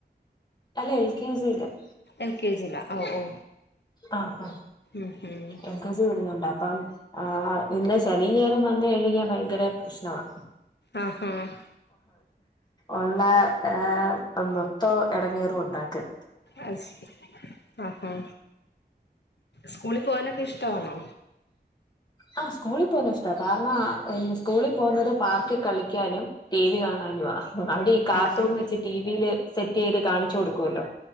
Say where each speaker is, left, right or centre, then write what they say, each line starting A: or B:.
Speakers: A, on the left; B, on the left.
A: അല്ല എൽ കെ ജില-
B: എൽ കെ ജിയിലാ ഓ ഓ
A: ആഹ്ഹാ
B: ഉം ഉം
A: എൽകെജി വിടുന്നുണ്ടോ അപ്പം- ആ ഇന്ന് ശനീഞയറും വന്ന് കഴിഞ്ഞ ഭയങ്കര പ്രശ്നവാ-
B: ആഹ്ഹാ -
A: ഒള്ള ആഹ് മൊത്തം എടങ്ങേറും ഒണ്ടാക്കും-
B: അത് ശരി ആഹാ സ്കൂളിൽ പോവാനൊക്കെ ഇഷ്ടമാണോ
A: ആ സ്കൂളിൽ പോകുന്ന ഇഷ്ടമാണ് കാരണം സ്കൂളിൽ പോകുന്നത് പാർക്കിൽ കളിക്കാനും ടി വി കാണാനും അവിടെ ഇരി- കാർട്ടുൺ
B: ആഹാ
A: വെച്ച് ടിവിയില് സെറ്റ്- ചെയ്ത് കാണിച്ചു കൊടുക്കുവല്ലോ